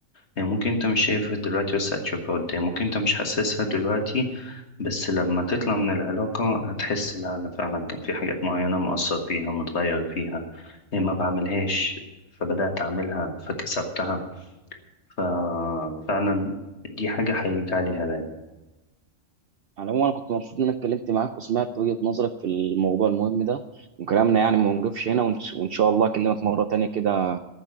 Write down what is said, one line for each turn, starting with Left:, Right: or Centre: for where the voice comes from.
Left: يعني ممكن انت مش شايفها دلوقتي بس هتشوفها قدام ممكن انت مش حاسسها دلوقتي بس لما تطلع من العلاقة هتحس لا انا فعلا كان في حاجات معينة مؤثر فيها متغير فيها إيه ما بعملهاش فبدأت اعملها فكسبتها ففعلا دي حاجة حقيقية عليها دايما
Right: على العموم انا كنت مبسوط ان انا اتكلمت معاك وسمعت وجهة نظرك في الموضوع المهم ده وكلامنا يعني ما نوقفش هنا وإن وإن شاء الله اكلمك مرة تانية كده